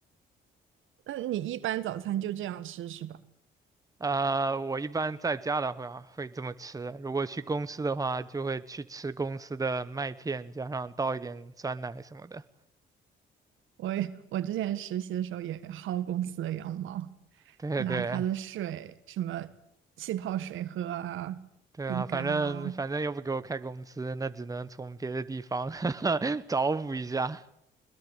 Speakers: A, on the right; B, on the right.
A: 那你一般早餐就这样吃是吧？
B: 呃，我一般在家的话会这么吃，如果去公司的话，就会去吃公司的麦片，加上倒一点酸奶什么的。
A: 我也我之前实习的时候也薅公司的羊毛，
B: 对对
A: 拿他的水什么气泡水喝啊，
B: 对啊，
A: 饼干啊。
B: 反正反正又不给我开工资，那只能从别的地方 <laughs> 找补一下。